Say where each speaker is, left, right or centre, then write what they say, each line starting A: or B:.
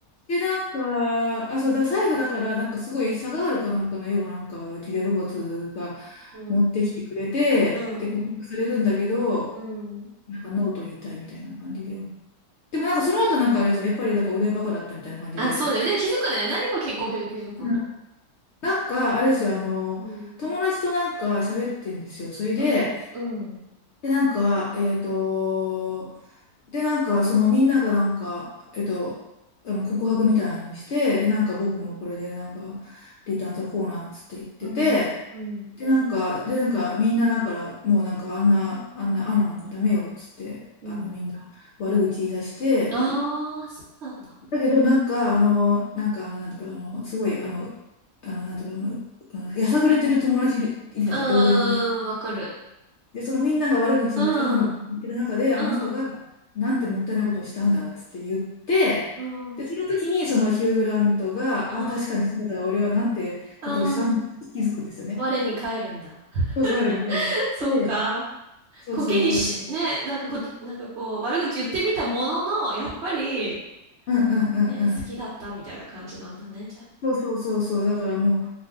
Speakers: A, on the left; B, on the right.
A: で、なんか、あ、そう、だから最後だから、なんかすごいシャガールかなんかのようなんか、ジュリア・ロバーツが
B: うん。
A: 持ってきてくれて、
B: うん。
A: で、告白されるんだけど、
B: うん。
A: なんかノーと言いたいみたいな感じで。でもなんかその後なんかあれですね、やっぱりだから俺はバカだったみたいな感じで。
B: あ、そうだよね。気づくね。何がきっかけで気づくの。
A: うんなんか、あれですよ、あの、
B: うん。
A: 友達となんか喋ってんですよ。それで、
B: うん。うん。
A: で、なんか、えっと、で、なんか、そのみんながなんか、えっと、あの、告白みたいなのをして、で、なんか僕もこれで、なんか、リターンザコーナーっつって言ってて、
B: うん。うん。
A: で、なんか、で、なんか、みんなだから、もうなんか、あんな、あんな、アナななんかダメよ、っつって、
B: うん。
A: あの、みんな悪口言い出して、
B: ああ、そうなんだ。
A: だけど、なんか、あの、なんか、あの、なんとか、あの、すごい、あの、あの、なんとか、あの、あのやさぐれてる友達いる、いるじゃないですか、
B: うーん、
A: 同居に
B: わかる。
A: で、そのみんなが悪口言って、
B: うん、
A: あんなの言ってる中で、あの人が、
B: うん、
A: なんてもったいないことをしたんだ、つって言って、
B: うん、
A: で、その時に、そのヒュー・グラントが、
B: うん、
A: ああ、確かにそうだ、俺はなんてことをしたんだ、
B: うん。
A: 気づくんですよね。
B: 我に返るんだ。
A: そうそう、我に返って、
B: <laughs> そうか。
A: そうそうそう、
B: コケにし、ね、なんかこ、なんかこう、悪口言ってみたものの、やっぱり、
A: うんうんうんうん。
B: ね、好きだったみたいな感じなんだね、じゃあ。
A: そうそうそうそう。だからも